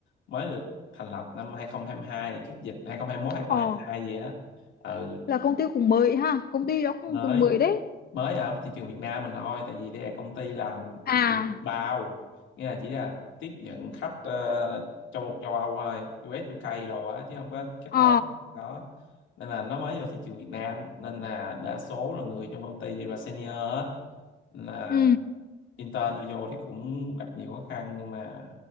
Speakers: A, on the left (about 75°); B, on the left (about 50°).
A: mới được thành lập năm 2022 là trước dịch 2021 2022
B: ờ
A: gì á ừ,
B: là công ty cũng mới ha công ty đó cũng
A: mới
B: cũng mới đấy
A: mới ở thị trường Việt Nam mình thôi tại vì đây là công ty làm
B: à
A: thị trường bao nghĩa là chỉ là tiếp nhận khách ờ, châu châu Âu thôi US UK đồ á chứ không có khách
B: ờ
A: châu Á đó nên là nó mới vào thị trường Việt Nam nên là đa số là người trong công ty đều là senior hết là
B: ừ
A: intern tôi vô thì cũng gặp nhiều khó khăn nhưng mà